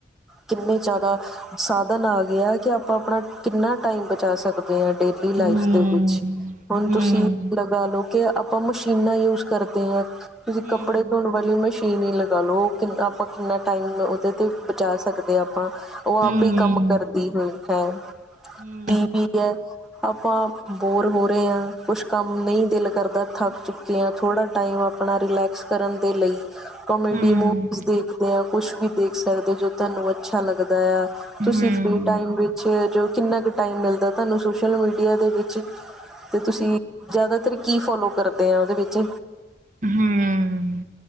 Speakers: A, in the centre; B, on the right.
A: ਕਿੰਨੇ ਜ਼ਿਆਦਾ ਸਾਧਨ ਆ ਗਏ ਕਿ ਆਪਾਂ ਆਪਣਾ ਕਿੰਨਾ ਟਾਈਮ ਬਚਾ ਸਕਦੇ ਡੇਲੀ ਲਾਈਫ
B: ਹੂੰ,
A: ਦੇ ਵਿੱਚ
B: ਹੂੰ,
A: ਤੁਸੀਂ ਲਗਾ ਲਓ ਕਿ ਆਪਾਂ ਮਸ਼ੀਨਾਂ ਯੂਜ ਕਰਦੇ ਆ ਤੁਸੀਂ
B: ਹੂੰ,
A: ਕੱਪੜੇ ਧੋਣ ਵਾਲੀ ਮਸ਼ੀਨ ਨਹੀਂ ਲਗਾ ਲਓ ਕਿੰਨਾ ਆਪਾਂ ਕਿੰਨਾ ਟਾਈਮ ਉਹਦੇ 'ਤੇ ਬਚਾ ਸਕਦੇ ਹਾਂ ਆਪਾਂ ਉਹ ਆਪੇ
B: ਹੂੰ,
A: ਕੰਮ ਕਰਦੀ ਹੋਈ ਹੈ
B: ਹੂੰ,
A: ਟੀ ਵੀ ਆਪਾਂ ਬੋਰ ਹੋਰ ਕੁਛ ਕੰਮ ਨਹੀਂ ਦਿਲ ਕਰਦਾ ਥੱਕ ਚੁੱਕੇ ਹਾਂ ਥੋੜਾ ਟਾਈਮ ਆਪਣਾ ਰਿਲੈਕਸ ਕਰਨ ਦੇ ਲਈ ਕੋਮੇਡੀ
B: ਹੂੰ,
A: ਮੂਵੀ ਦੇਖਦੇ ਆ ਕੁਛ ਵੀ ਦੇਖ ਸਕਦੇ ਜੋ ਤੁਹਾਨੂੰ ਅੱਛਾ ਲੱਗਦਾ ਆ
B: ਹੂੰ,
A: ਤੁਸੀਂ ਫ੍ਰਰੀ ਟਾਈਮ ਵਿੱਚ ਜੋ ਕਿੰਨਾ ਟਾਈਮ ਮਿਲਦਾ ਤੁਹਾਨੂੰ ਸੋਸ਼ਲ ਮੀਡੀਆ ਦੇ ਵਿੱਚ ਤੇ ਤੁਸੀਂ ਜ਼ਿਆਦਾਤਰ ਕੀ ਫੋਲੋ ਕਰਦੇ ਆ ਉਹਦੇ ਵਿੱਚ
B: ਹੂੰ, ਹੂੰ